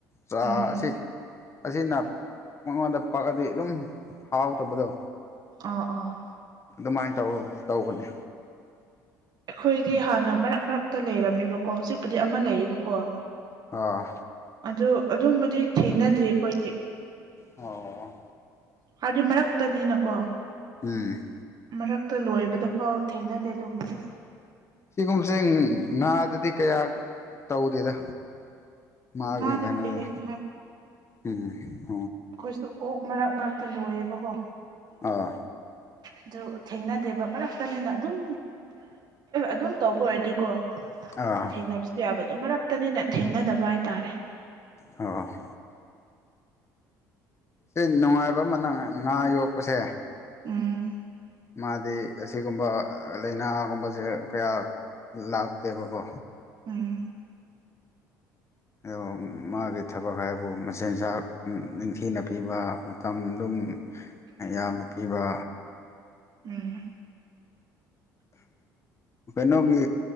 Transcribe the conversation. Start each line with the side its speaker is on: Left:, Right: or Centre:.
Left: ꯆꯥ
Right: ꯎꯝ
Left: ꯁꯤ ꯑꯁꯤꯅ ꯃꯉꯣꯟꯗ ꯄꯥꯛꯑꯗꯤ ꯑꯗꯨꯝ ꯍꯥꯎꯇꯕꯗꯣ
Right: ꯑ ꯑꯣ
Left: ꯑꯗꯨꯃꯥꯏꯟ ꯇꯧꯋꯦ ꯇꯧꯕꯅꯦ
Right: ꯑꯩꯈꯣꯏꯗꯤ ꯍꯥꯟꯅ ꯃꯔꯛ ꯃꯔꯛꯇ ꯂꯩꯔꯝꯃꯦꯕꯀꯣ ꯍꯧꯖꯤꯛꯄꯨꯗꯤ ꯑꯃ ꯂꯩꯌꯦꯕꯀꯣ
Left: ꯑꯣ
Right: ꯑꯗꯨ ꯑꯗꯨꯝꯕꯗꯤ ꯊꯦꯡꯅꯗ꯭ꯔꯤ ꯑꯩꯈꯣꯏꯗꯤ
Left: ꯑꯣ
Right: ꯍꯥꯏꯗꯤ ꯃꯔꯛꯇꯅꯤꯅꯀꯣ
Left: ꯎꯝ
Right: ꯃꯔꯛꯇ ꯂꯣꯏꯕꯗ ꯐꯥꯎ ꯊꯦꯡꯅꯗꯦ ꯑꯗꯨꯒꯨꯝꯝꯕꯗꯣ
Left: ꯁꯤꯒꯨꯝꯕꯁꯦ ꯉꯥꯗꯗꯤ ꯀꯌꯥ ꯇꯧꯗꯦꯗ ꯃꯥꯒꯦ
Right: ꯉꯥ ꯅꯠꯇꯦ
Left: ꯀꯩꯅꯣꯗ
Right: ꯑꯩꯅ
Left: ꯎꯝ
Right: ꯑꯈꯣꯏꯁꯨ ꯑꯣꯛ ꯃꯔꯛ ꯃꯔꯛꯇ ꯂꯣꯏꯌꯦꯕꯀꯣ
Left: ꯑꯣ
Right: ꯑꯗꯨ ꯊꯦꯡꯅꯗꯦꯕ ꯃꯔꯛꯇꯅꯤꯅ ꯑꯗꯨꯝ ꯑꯗꯨꯝ ꯇꯧꯕ ꯑꯣꯏꯔꯗꯤꯀꯣ
Left: ꯑ
Right: ꯊꯦꯡꯅꯕꯁꯨ ꯌꯥꯕꯗꯨ ꯃꯔꯛꯇꯅꯤꯅ ꯊꯦꯡꯅꯗꯕ ꯍꯥꯏꯇꯥꯔꯦ
Left: ꯑꯣ ꯁꯤ ꯅꯨꯡꯉꯥꯏꯕ ꯑꯃ ꯅꯪ ꯉꯥ ꯌꯣꯛꯄꯁꯦ
Right: ꯎꯝ
Left: ꯃꯥꯗꯤ ꯑꯁꯤꯒꯨꯝꯕ ꯂꯥꯏꯅꯥꯒꯨꯝꯕꯁꯦ ꯀꯌꯥ ꯂꯥꯛꯇꯦꯕꯀꯣ
Right: ꯎꯝ
Left: ꯑꯣ ꯃꯥꯒꯤ ꯊꯕꯛ ꯍꯥꯏꯕꯨ ꯃꯆꯤꯟꯖꯥꯛ ꯅꯤꯡꯊꯤꯅ ꯄꯤꯕ ꯇꯝꯗꯨꯝ ꯑꯗꯨꯝ ꯌꯥꯝꯅ ꯄꯤꯕ
Right: ꯎꯝ
Left: ꯀꯩꯅꯣꯒꯤ